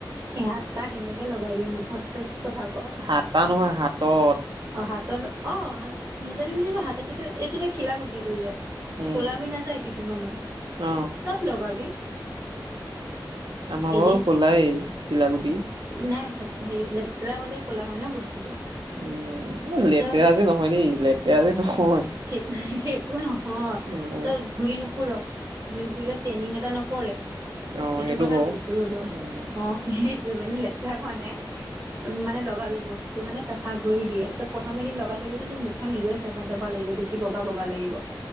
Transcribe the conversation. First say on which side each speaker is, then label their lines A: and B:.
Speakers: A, on the right; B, on the right.
A: এ, আটা কেনেকে লগাই বে মুখত, তই কি কথা ক'?
B: হাতা নহয় হাতত
A: অ'! হাতৰ অ'! মূলতানি মিট্টিটো হাতে-চাতে, এইটো যে, ঘিলা গুটিটো যে।
B: উম
A: ক'লা হয় নাযায় কিছুমানৰ,
B: অ
A: তাত লগাবি।
B: আমাৰ
A: এদিন
B: বাৰু ক'লাই, ঘিলাগুটি।
A: নাই চব, সেৰি লেতেৰা হ'লেও, ক'লা হয় ন' বস্তুটো।
B: উম! এ, লেতেৰাজে
A: তই
B: নহয় দেই, লেতেৰাজে নহয়।
A: সেই, সেইটো নহয়,
B: উম
A: তই ঘূৰি নুফুৰ। ঘূৰি ফুৰিলে, টেনিং এটা নপৰে।
B: অ
A: সেইটো কথা
B: ক
A: কৈছো, ৰ'
B: উম
A: অ'! সেইটোৱে মানে, লে বিলাক হোৱা নাই। ত' মানে লগাবি বস্তু মানে চাফা কৰি দিয়ে ত' প্ৰথম এদিন লগাই চাবিচোন তোৰ মুখখন নিজে চাফা চাফা লাগিব বেছি বগা বগা লাগিব।